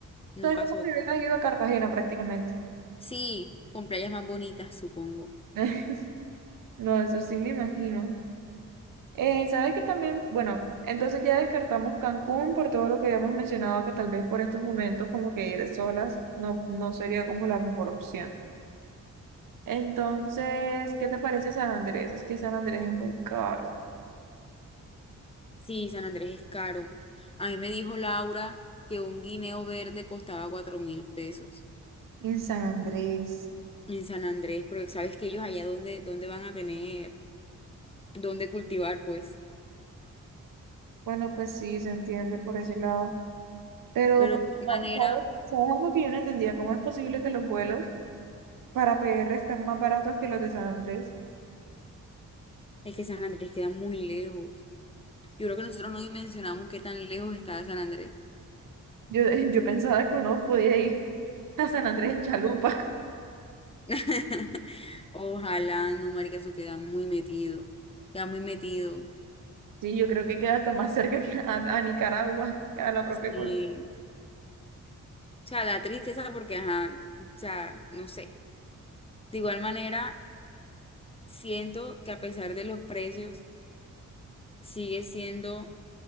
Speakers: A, on the left (about 20°); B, on the right (about 85°).
A: no
B: Entonces,
A: pasó.
B: como si hubieran ido a Cartagena prácticamente.
A: Sí, con playas más bonitas, supongo.
B: <laughs> No, eso sí me imagino. Eh, ¿sabes que también? Bueno, entonces ya descartamos Cancún por todo lo que habíamos mencionado, que tal vez por estos momentos como que ir solas no, no sería como la mejor opción. Entonces, ¿qué te parece San Andrés? Es que San Andrés es muy caro.
A: Sí, San Andrés es caro. A mí me dijo Laura que un guineo verde costaba cuatro mil pesos
B: En San Andrés.
A: en San Andrés, porque sabes que ellos allá donde, donde van a tener, donde cultivar, pues.
B: Bueno, pues sí, se entiende por ese lado. Pero,
A: Pero
B: pa-
A: de igual
B: ¿sabes?
A: manera,
B: ¿Sabes algo que yo no entendía? ¿Cómo es posible que los vuelos para PR están más baratos que los de San Andrés?
A: es que San Andrés queda muy lejos. Yo creo que nosotros no dimensionamos qué tan lejos está de San Andrés.
B: Yo, <laughs> yo pensaba que uno podía ir <laughs> a San Andrés en chalupa. <laughs>
A: <laughs> Ojalá, no, marica, eso queda muy metido. Queda muy metido.
B: Sí, yo creo que queda hasta más cerca que a, a Nicaragua, que a la propia
A: Sí.
B: Colombia.
A: O sea, da tristeza porque, ajá, o sea, no sé. De igual manera, siento que a pesar de los precios, sigue siendo